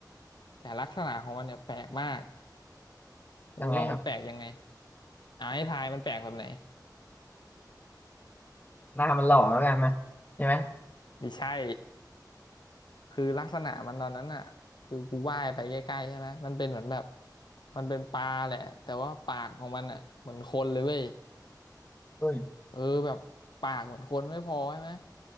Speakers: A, on the left; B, on the left.
A: แต่ลักษณะของมันเนี่ยแปลกมาก มึงว่ามันแปลกยังไง
B: ยังไงครับ
A: อ่าให้ทายมันแปลกแบบไหน
B: หน้ามันหล่อแล้วกันนะใช่ไหม
A: ไม่ใช่คือลักษณะมันตอนนั้นอ่ะคือกูว่ายไปใกล้ๆใช่ไหมมันเป็นเหมือนแบบมันเป็นปลาแหละแต่ว่าปากของมันอ่ะเหมือนคนเลยเว้ย
B: เฮ้ย
A: เออแบบปากเหมือนคนไม่พอใช่ไหม